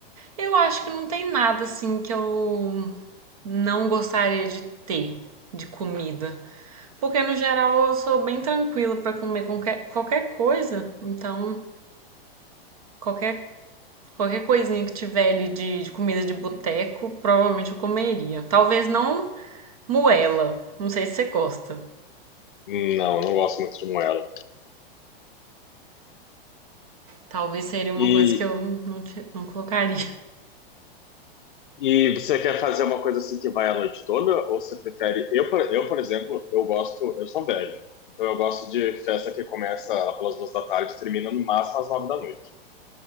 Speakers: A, on the right; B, on the left.
A: eu acho que não tem nada assim que eu não gostaria de ter de comida. Porque no geral eu sou bem tranquila pra comer qualquer, qualquer coisa. Então, qualquer, qualquer coisinha que tiver ali de, de comida de boteco, provavelmente eu comeria. Talvez não moela. Não sei se você gosta.
B: Não, não gosto muito de moela.
A: Talvez seria uma
B: E
A: coisa que eu não, te- não colocaria.
B: E você quer fazer uma coisa assim que vai a noite toda? Ou você prefere. Eu, por- eu, por exemplo, eu gosto. Eu sou velho. Então eu gosto de festa que começa lá pelas duas da tarde e termina no máximo às nove da noite.